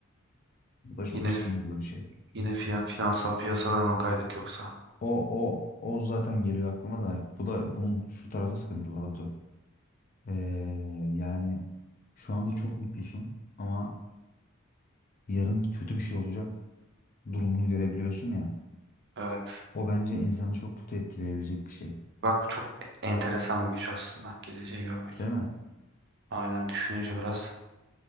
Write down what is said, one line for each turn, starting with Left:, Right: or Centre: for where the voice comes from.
Left: Bu da çok
Right: Yine
Left: sıkıntılı bir şey.
Right: yine fiyan- finansal piyasalara mı kaydık yoksa?
Left: O o o zaten geliyor aklıma da bu da bunun şu tarafı sıkıntılı Batu. Ee, yani şu anda çok mutlusun ama yarın kötü bir şey olacak durumunu görebiliyorsun ya.
Right: Evet.
Left: O bence insanı çok kötü etkileyebilecek bir şey.
Right: Bak bu çok enteresan bir güç aslında. Geleceği görmek.
Left: Değil mi?
Right: Aynen düşününce biraz